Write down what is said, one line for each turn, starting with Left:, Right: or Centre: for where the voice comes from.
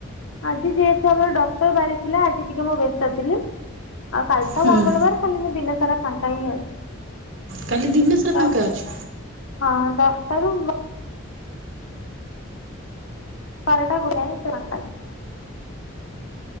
Left: ଆଜି ଯେହେତୁ ଆମର ଡକ୍ଟର୍ ବାରି ଥିଲା ଆଜି ଟିକେ ମୁଁ ବ୍ୟସ୍ତ ଥିଲି। ଆଉ କାଲି ତ
Right: ହୁଁ
Left: ମଙ୍ଗଳବାର କାଲି ମୁଁ ଦିନ ସାରା ଫାଙ୍କା ହିଁ ଅଛି
Right: କାଲି ଦିନ ସାରା
Left: ତ
Right: ଫାଙ୍କା ଅଛ
Left: ହଁ ଦଶଟାରୁ ଵ ମାରଟା ଗୁଡ଼ାନ ତଙ୍କାଲ <unintelligible>